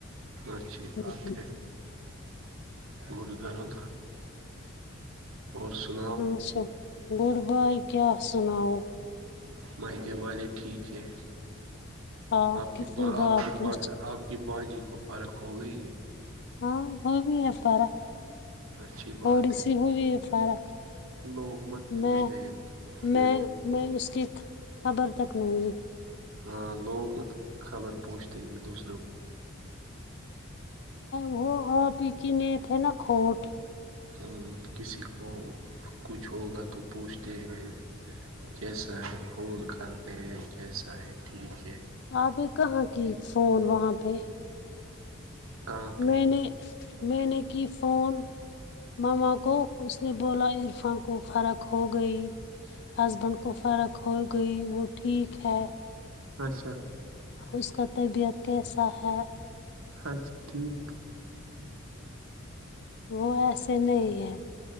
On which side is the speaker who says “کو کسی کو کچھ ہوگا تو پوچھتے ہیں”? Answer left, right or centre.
Right